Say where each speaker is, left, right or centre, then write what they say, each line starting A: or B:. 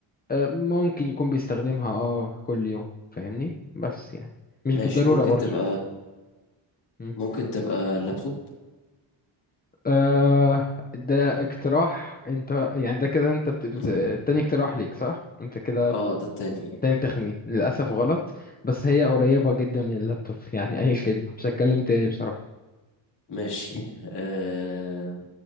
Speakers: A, on the left (about 20°); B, on the left (about 60°).
A: أه ممكن يكون بيستخدمها اه كل يوم فاهمني بس يعني مش
B: ماشي
A: بالضرورة
B: ممكن
A: برضو
B: تبقى
A: مم.
B: ممكن تبقى لابتوب
A: أه ده اقتراح انت يعني ده كده انت بت... بت...
B: <laughs>
A: تاني اقتراح ليك صح؟ انت كده
B: اه ده التاني
A: تاني تخمين للأسف غلط بس هي قريبة جدا من اللابتوب يعني أي خدمة مش هتكلم تاني بصراحة
B: ماشي آه،